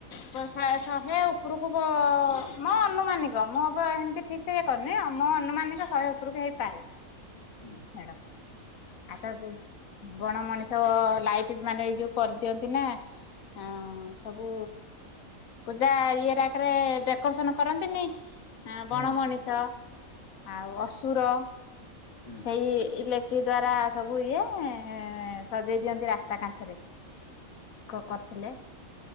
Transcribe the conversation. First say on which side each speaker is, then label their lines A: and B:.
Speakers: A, on the left; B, on the left.
A: ପର ସା ଶହେ ଉପରକୁ ବ ଅ ଅ ମୋ ଅନୁମାନିକ ମୋ ଉପରେ ହେମତି ଠିକ୍ ସେଇଆ କରନି ଆମ ଅନୁମାନିକ ଶହେ ଉପରକୁ ହେଇପାରେ।
B: ହୁଁ।
A: ମେଢ଼। ଆଟା ବୁଲ ବଣ ମଣିଷ ଅ ଅ ଲାଇଟ ମାନେ ଏଇ ଯୋଉ କରିଦିଅନ୍ତି ନା ହଁ ସବୁ ପୂଜା ଇଏ ରାକରେ ଡେକୋରେସନ କରନ୍ତିନି? ଆଁ
B: ହୁଁ
A: ବଣ ମଣିଷ ଆଉ ଅସୁର
B: ହୁଁ
A: ସେଇ ଇଲେକ୍ଟ ଦ୍ଵାରା ସବୁ ଇଏ ଏଁ ଏଁ ଏଁ ସଜେଇ ଦିଅନ୍ତି ରାସ୍ ତା କାନ୍ଥରେ କ କରିଥିଲେ।